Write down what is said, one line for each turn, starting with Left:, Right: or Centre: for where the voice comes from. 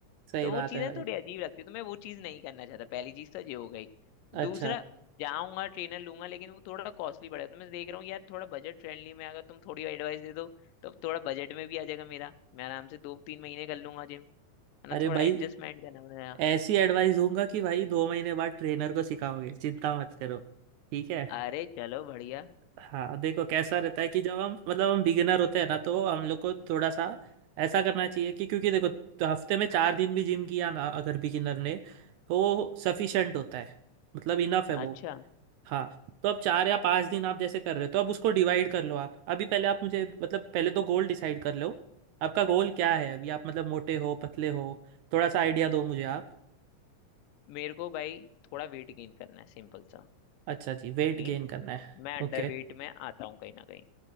Right: सही
Left: तो
Right: बात
Left: वो चीजें
Right: है भाई
Left: थोड़ी अजीब लगती है तो मैं वो चीज नहीं करना चाहता पहली चीज तो ये हो गई
Right: अच्छा
Left: दूसरा जाऊंगा ट्रेनर लूंगा लेकिन वो थोड़ा कॉस्टली पड़ेगा तो मैं देख रहा हूँ यार थोड़ा बजट फ्रेंडली में अगर तुम थोड़ी एडवाइस दे दो तो थोड़ा बजट में भी आ जाएगा मेरा मैं आराम से दो तीन महीने कर लूंगा जिम है ना
Right: अरे
Left: थोड़ा
Right: भाई
Left: एडजस्टमेंट करना मैंने
Right: ऐसी एडवाइस दूंगा कि भाई दो महीने बाद ट्रेनर को सिखाओगे चिंता मत करो ठीक है
Left: कहा, अरे चलो बढ़िया
Right: हाँ देखो कैसा रहता है कि जब हम मतलब हम बिगिनर होते हैं ना तो हम लोग को थोड़ा सा ऐसा करना चाहिए कि क्योंकि देखो तो हफ्ते में चार दिन भी जिम किया ना अगर बिगिनर ने तो सफिशेंट होता है मतलब इनफ है वो
Left: अच्छा
Right: हाँ तो अब चार या पांच दिन आप जैसे कर रहे हो तो अब उसको डिवाइड कर लो आप अभी पहले आप मुझे मतलब पहले तो गोल डिसाइड कर लो आपका गोल क्या है अभी आप मतलब मोटे हो पतले हो थोड़ा सा आइडिया दो मुझे आप
Left: मेरे को भाई थोड़ा वेट गेन करना है सिंपल सा
Right: अच्छा जी वेट
Left: लेकिन
Right: गेन करना है
Left: मैं अंडर
Right: ओके
Left: वेट में आता हूँ कहीं ना कहीं